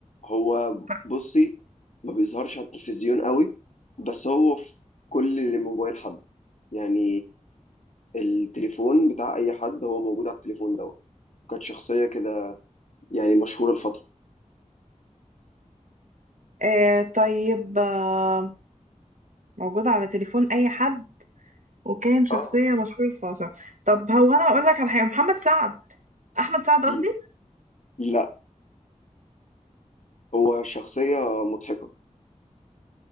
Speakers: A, on the left; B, on the right.
A: هو
B: طب
A: بصي ما بيظهرش على التلفزيون قوي بس هو في كل موبايل حد يعني التليفون بتاع اي حد هو موجود على التليفون دوت كانت شخصيه كده يعني مشهوره الفتره
B: آه طيب آه موجود على تليفون اي حد وكان شخصية
A: اه
B: مشهورة في مصر طب هو انا اقول لك على حاجة محمد سعد احمد سعد قصدي
A: ل- لا هو شخصيه مضحكه